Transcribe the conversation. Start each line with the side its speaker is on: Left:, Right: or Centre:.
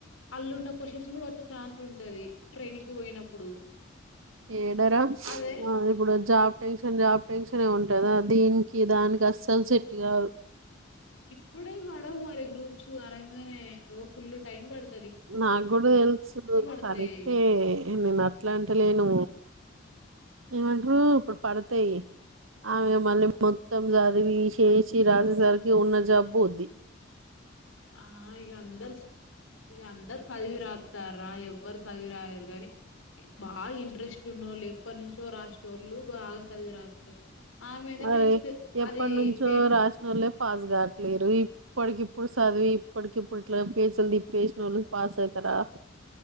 Left: అల్లున్న క్వశ్చన్స్ కూడా వచ్చ ఛాన్స్ ఉంటది ట్రైనింగ్ కు పోయినప్పుడు
Right: ఏడర
Left: అదే
Right: ఆ ఇప్పుడు జాబ్ టెన్షన్ జాబ్ టెన్షన్ ఉంటందా దీనికి దానికి అస్సలు సట్ కాదు
Left: ఇప్పుడే వాడ వాడి గ్రూప్స్ గానీ అరేమానే లో ఫుల్ టైం పడుద్ది
Right: నాకు కూడా తెలుసు
Left: పడతాయి
Right: కరెక్టే నేను అట్లా అంటలేను ఏమంటరు ఇప్పుడు పడతాయి ఆమె మళ్ళీ మొత్తం చదివి చేసి రాసేసరికి ఉన్న జబ్బు పొద్ది
Left: ఆ ఇగా అందరు సు ఇగా అంద అందరు చదివి రాస్తారా ఎవరు చదివి రాయారు కానీ బాగా ఇంట్రెస్ట్ ఉన్నోలు ఎప్పటి నుంచో రాస్నోలు బాగా చదివి రా ఆమె దే
Right: మరి
Left: బెస్ట్
Right: ఎప్పటి
Left: అది
Right: నుంచో
Left: పే
Right: రాసినోళ్ళే పాస్ కావట్లేరు ఇప్పటికిప్పుడు చదివి ఇప్పటికిప్పుడు ఇట్లా పేజిలుదిప్పేసిన ఓళ్ళు పాస్ అయితారా